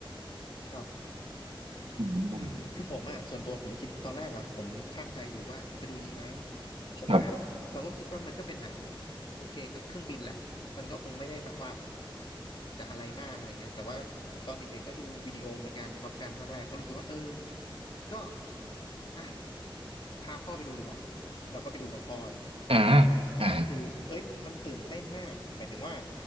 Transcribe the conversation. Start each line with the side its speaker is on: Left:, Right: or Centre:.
Left: ครับ
Right: อืม
Left: อืมคือผมอ่ะส่วนตัวผมคิดตอนแรกอ่ะผมชั่งใจอยู่ว่าจะดูดีไหมเพราะว่า
Right: ครับ
Left: เราก็คิดว่ามันก็เป็นหนังโอเคก็เครื่องบินแหละมันก็คงไม่ได้แบบว่าจะอะไรมากอะไรเงี้ยแต่ว่าตอนเด็กๆก็ดูวิดีโอเหมือนกันท็อปกันภาคแรกก็รู้สึกว่าเออ ก็อ่ะพาพ่อไปดูดีกว่า เราก็ไปดูกับพ่ออะไรเงี้ย
Right: อ่า
Left: สุดท้ายก็คือเอ้ยมันตื่นเต้นมากหมายถึงว่า
Right: อ่า